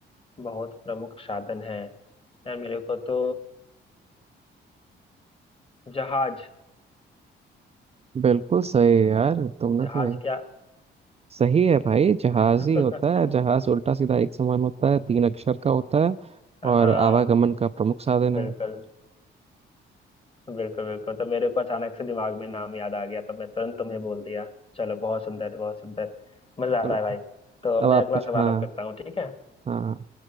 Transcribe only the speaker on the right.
बिल्कुल सही यार तुमने
तो
सही है भाई जहाज
ही होता है जहाज उल्टा सीधा एक समान होता है तीन अक्षर का होता है
और आवागमन का प्रमुख साधन
है
चलो
अब
आप
कुछ
हाँ
हाँ